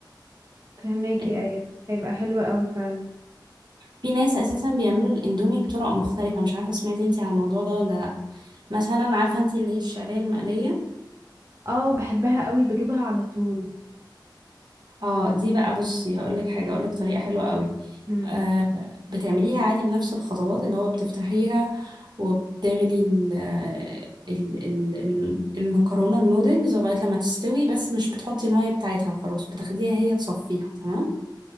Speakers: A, on the right; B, on the right.
A: فهماكي
B: آه،
A: ايوه هيبقى حلو قوي فعلا
B: في ناس اساسا بيعملوا الاندومي بطرق مختلفه مش عارفه سمعتي انتي على الموضوع ده ولا لا مثلا عارفه انتي اللي هي الشعريه المقليه
A: اه بحبها قوي بجيبها على طول
B: اه دي بقى بصي هقول لك حاجه اقول لك طريقه حلوه قوي
A: امم
B: آه بتعمليها عادي بنفس الخطوات اللي هو بتفتحيها وبتغلي ال ال ال ال- المكرونه النودلز لغايه لما تستوي بس مش بتحطي الميه بتاعتها خلاص بتاخديها هي تصفيها تمام